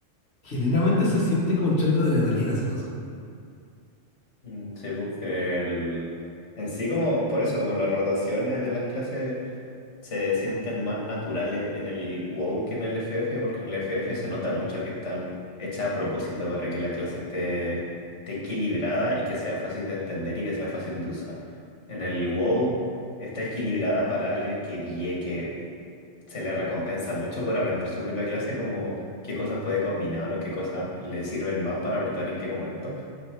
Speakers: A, on the left; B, on the left.
A: generalmente se siente como un shot de adrenalina esa cosa.
B: Mm, Sí, pues que el... En sí como, por eso, con las rotaciones de las clases se sienten más naturales en el WoW que en el FF, porque en el FF se nota mucho que están hechas a propósito para que la clase esté, esté equilibrada y que sea fácil de entender y que sea fácil de usar. En el WoW está equilibrada para alguien que vie, que se le recompensa mucho por aprender su propia clase, como qué cosas puede combinar o qué cosas le sirven más para apretar en qué momento.